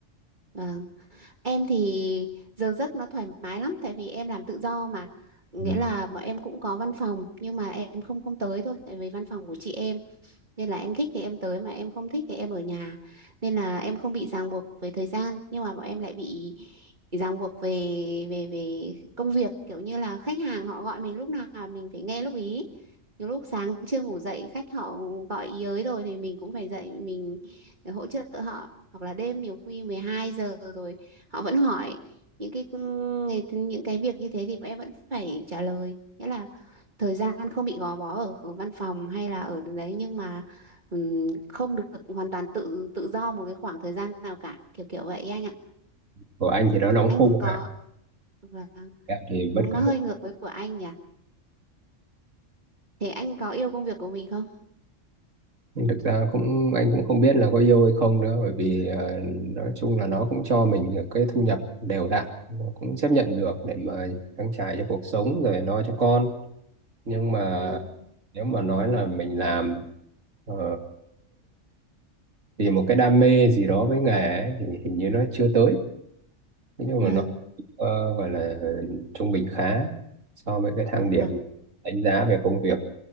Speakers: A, on the right (about 35°); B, on the right (about 75°).
A: vâng Em thì giờ giấc nó thoải mái lắm tại vì em làm tự do mà nghĩa
B: Ừ.
A: là bọn em cũng có văn phòng nhưng mà em không không tới thôi tại vì văn phòng của chị em nên là em thích thì em tới mà em không thích thì em ở nhà nên là em không bị ràng buộc với thời gian nhưng mà bọn em lại bị ràng buộc về về về công việc kiểu như là khách hàng họ gọi mình lúc nào mình phải nghe lúc ý nhiều lúc sáng chưa ngủ dậy khách họ gọi ý ới rồi thì mình cũng phải dậy mình để hỗ trợ họ hoặc là đêm nhiều khi 12 giờ rồi họ vẫn hỏi những cái những cái việc như thế thì bọn em vẫn phải trả lời nghĩa là thời gian không bị gò bó ở, ở văn phòng hay là ở đấy nhưng mà ừm, không được hoàn toàn tự tự do một cái khoảng thời gian nào cả kiểu kiểu vậy ấy anh ạ
B: của anh thì nó đóng
A: anh
B: khung
A: có
B: ha
A: vâng
B: em thì
A: nó
B: bất cứ
A: hơi ngược với của anh nhỉ thế anh có yêu công việc của mình không
B: nhưng thực ra cũng anh cũng không biết là có yêu hay không nữa bởi vì ờ, nói chung là nó cũng cho mình được cái thu nhập đều đặn nó cũng chấp nhận được để mà trang trải cho cuộc sống rồi lo cho con nhưng mà
A: vâng
B: nếu mà nói là mình làm ờ, vì một cái đam mê gì đó với nghề ấy, thì hình như nó chưa tới thế nhưng
A: vâng
B: mà nó ờ, gọi là trung bình khá so với cái thang điểm
A: vâng
B: đánh giá về công việc